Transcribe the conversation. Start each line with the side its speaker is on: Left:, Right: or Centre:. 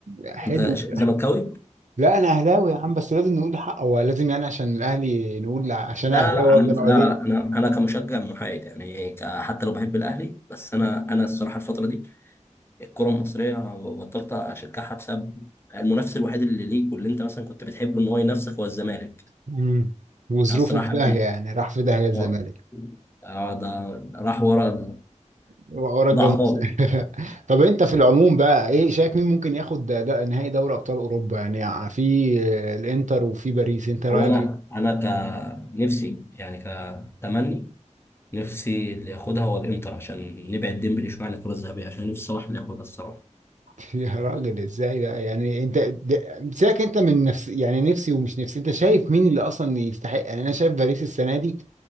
Right: حلو
Left: انت ش- زملكاوي؟
Right: لا انا اهلاوي يا عم بس لازم نقول حقه هو لازم يعني عشان الاهلي نقول ع- عشان
Left: لا
Right: اهلاوي
Left: لا لا عامه
Right: وابن
Left: لا
Right: عليه
Left: لا انا انا كمشجع محايد يعني ك- حتى لو بحب الاهلي بس انا انا الصراحه الفتره دي الكره المصريه بطلت اشجعها بسبب المنافس الوحيد اللي ليك واللي انت مثلا كنت بتحبه ان هو ينافسك هو الزمالك
Right: مم. وظروفه
Left: يعني الصراحه
Right: في داهية يعني راح في داهية الزمالك
Left: اه اه ده راح ورا ال-
Right: ورا الجاموس
Left: ضاع خالص
Right: <laughs> طب انت في العموم بقى ايه شايف مين ممكن ياخد ده, ده نهائي دوري ابطال اوروبا يعني في آه، الانتر وفي باريس انت رايك
Left: هو انا
Right: ايه
Left: انا كنفسي يعني كتمني نفسي اللي ياخدها هو الانتر عشان نبعد ديمبلي شويه عن الكره الذهبيه عشان نفسي صلاح اللي ياخدها الصراحه
Right: <laughs> يا راجل ازاي بقى يعني انت ده- سيبك انت من نفس يعني نفسي ومش نفسي انت شايف مين اللي اصلا يستحق يعني انا شايف باريس السنه دي